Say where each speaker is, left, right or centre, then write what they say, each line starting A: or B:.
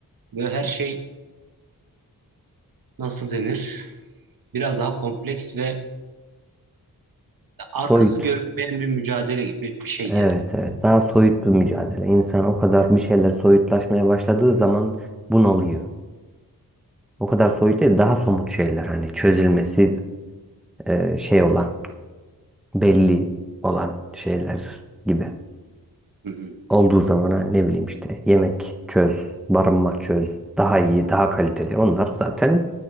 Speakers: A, on the right; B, in the centre.
A: Böyle her şey nasıl denir? Biraz daha kompleks ve arkası
B: Soyut.
A: görünmeyen bir mücadele gibi bir şey
B: Evet
A: yani.
B: evet. Daha soyut bir mücadele. İnsan o kadar bir şeyler soyutlaşmaya başladığı zaman bunalıyor. O kadar soyut değil daha somut şeyler hani çözülmesi e, şey olan belli olan şeyler gibi.
A: Hı hı,
B: Olduğu zaman ha, ne bileyim işte yemek çöz, barınma çöz, daha iyi, daha kaliteli. Onlar zaten